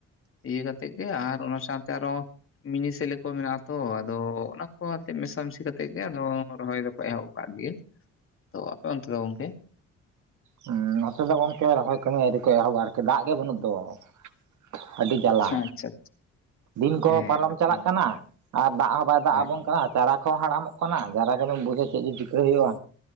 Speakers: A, on the left; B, on the right.
A: ᱤᱭᱟᱹ ᱠᱟᱛᱮ ᱜᱮ ᱟᱨ ᱚᱱᱟ ᱥᱟᱶᱛᱮ ᱟᱨᱦᱚᱸ ᱢᱤᱱᱤ ᱥᱮᱞᱮ ᱠᱚ ᱢᱮᱱᱟᱜᱼᱟ ᱟᱛᱚ ᱟᱫᱚ ᱚᱱᱟ ᱠᱚ ᱢᱮᱥᱟᱢᱤᱥᱤ ᱠᱟᱛᱮᱜ ᱜᱮ ᱟᱫᱚ ᱨᱚᱦᱚᱭ ᱫᱚ ᱯᱮ ᱮᱦᱚᱵ ᱟᱠᱟᱫ ᱜᱮ ᱛᱚ ᱟᱯᱮ ᱚᱱᱛᱮ ᱫᱚ ᱜᱚᱝᱠᱮ
B: ᱦᱮᱸ ᱱᱚᱛᱮ ᱫᱚ ᱜᱚᱝᱠᱮ ᱨᱚᱦᱚᱭ ᱠᱟᱹᱢᱤ ᱟᱹᱨᱤ ᱠᱚ ᱮᱦᱚᱵᱟ ᱟᱨᱠᱤ ᱫᱟᱜ ᱜᱮ ᱵᱟᱹᱱᱩᱜ ᱫᱚ <unintelligible> ᱟᱹᱰᱤ ᱡᱟᱞᱟ
A: ᱟᱪᱪᱷᱟ
B: ᱫᱤᱱ ᱠᱚᱦᱚᱸ
A: ᱦᱮᱸ
B: ᱯᱟᱨᱚᱢ
A: ᱠᱟᱛᱷᱟ
B: ᱪᱟᱞᱟᱜ
A: ᱢᱟ
B: ᱠᱟᱱᱟ ᱟᱨ ᱫᱟᱜ ᱦᱚᱸ ᱵᱟᱭ ᱫᱟᱜ
A: ᱦᱳᱭ
B: ᱟᱵᱚᱱ ᱠᱟᱱᱟ ᱪᱟᱨᱟ ᱠᱚ ᱦᱟᱲᱟᱢᱚᱜ ᱠᱟᱱᱟ ᱡᱟᱨᱟ ᱜᱮᱢ ᱵᱩᱡᱟ ᱪᱮᱫ ᱡᱮ ᱪᱤᱠᱟᱹ ᱦᱩᱭᱩᱜᱼᱟ᱾